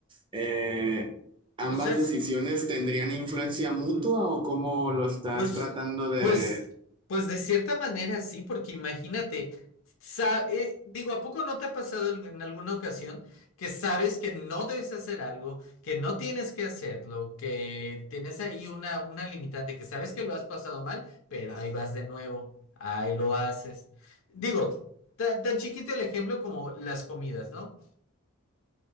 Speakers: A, on the right; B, on the left.
A: eh, ambas
B: O sea,
A: decisiones
B: si-
A: tendrían influencia mutua o cómo lo estás
B: Pues,
A: tratando de...
B: pues, pues de cierta manera sí, porque imagínate, sa- eh, digo, ¿a poco no te ha pasado al- en alguna ocasión que sabes que no debes hacer algo, que no tienes que hacerlo, que tienes ahí una, una limitante, que sabes que lo has pasado mal, pero ahí vas de nuevo, ahí lo haces? Digo, ta- tan chiquito el ejemplo como las comidas, ¿no?